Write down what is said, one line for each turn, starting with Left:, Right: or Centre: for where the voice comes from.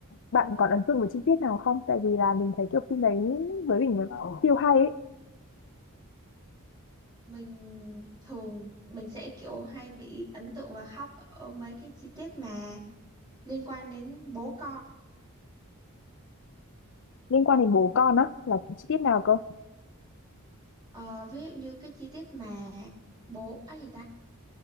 Left: bạn còn ấn tượng với chi tiết nào không? Tại vì là mình thấy kiểu phim đấy với mình là siêu hay ấy
Right: Mình thường mình sẽ kiểu hay bị ấn tượng và khóc ở mấy cái chi tiết mà liên quan đến bố con.
Left: liên quan đến bố con á là chi tiết nào cơ?
Right: Ờ, ví dụ như cái chi tiết mà bố, á gì ta?